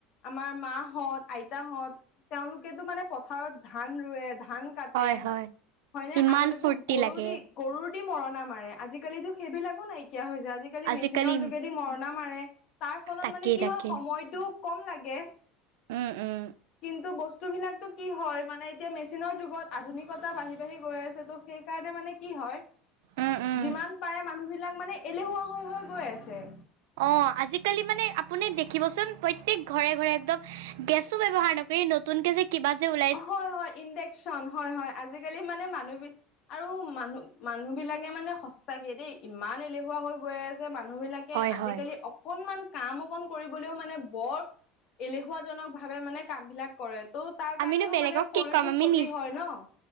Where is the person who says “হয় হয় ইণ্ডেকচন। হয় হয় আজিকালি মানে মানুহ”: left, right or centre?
Left